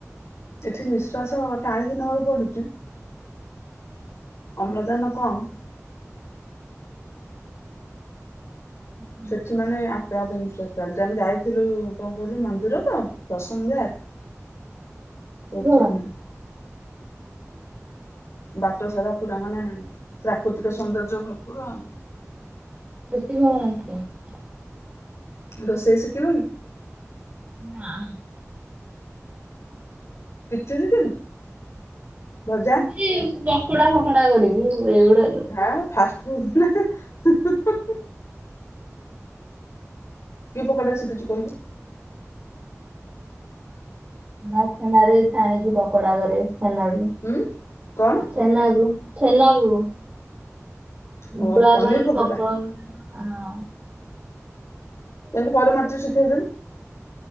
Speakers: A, on the left; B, on the right.
A: ଏଠି ନିଃଶ୍ଵାସ ଟାଣିକି ନବାକୁ ପଡ଼ୁଚି। ଅମ୍ଳଜାନ କମ୍।
B: <inaudible>
A: ସେଠି ମାନେ ଆପେ ଆପେ ନାଶ୍ଵାସ ଚାଲୁଚି ଆମେ ଯାଇଥିଲୁ କଣ କହିଲୁ ମନ୍ଦିର ତ ପ୍ରସନ୍ଧା ପ୍ରସନ୍ଧ୍ୟା।
B: ଭଗବାନ
A: ସେଠି ବାଟ ସାରା ପୁରା ମାନେ ପ୍ରାକୃତିକ ସୌନ୍ଦର୍ଯ୍ୟ ଭରପୁର ଆଉ।
B: <unintelligible>
A: ରୋଷେଇ ଶିଖିଲୁଣି?
B: ନାଁ
A: କିଛି ସିଖିନୁ ଭଜା?
B: ଚି ପକଡା ଫକଡା କରିବି। ଏଇଗୁଡା
A: ହାଁ ଫାଷ୍ଟ ଫୁଡ ହିଁହିଁ ହିଁ ହିଁ ହିଁ କି ପକଡା ଶିକିଚୁ କହିଲ?
B: ମୁଁ ଛେନରେ ଛାଣିକି ପକଡା କରେ ଛେନାରେ।
A: ଉଁ କଣ?
B: ଛେନାକୁ ଛେନାକୁ।
A: ଓ
B: ଗୁଳା
A: ପନିର
B: କରିକି
A: ପକୋଡା
B: ପକଡା ହଁ।
A: କେମିତି କରେ ମତେ ଶିଖେଇ ଦେଏନି।